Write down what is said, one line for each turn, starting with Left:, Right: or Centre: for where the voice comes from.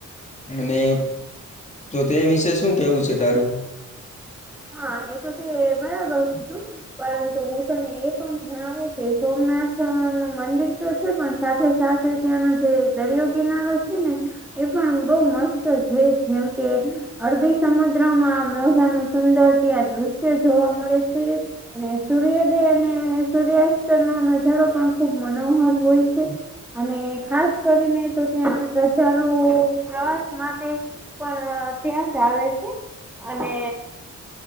Left: અને તો તે વિશે શું કેવું છે, તારું?
Centre: હા એ તો તે બરાબર કીધુ પરંતુ હું તને એ પણ જણાવું કે સોમનાથ મંદિર તો છે, પણ સાથે સાથે ત્યાંનો જે દરિયો કિનારો છે, ને એ પણ બઉ મસ્ત છે, જેમ કે અરબી સમુદ્રમાં મોજાનો સુંદર તયા દ્રશ્ય જોવા મળે છે. અને સૂર્યોદય અને સૂર્યાસ્તનો નજારો પણ ખુબ મનોહર હોય છે. અને ખાસ કરીને તો ત્યાં પ્રજાનો પ્રવાસ માટે પણ ત્યાં જ આવે છે, અને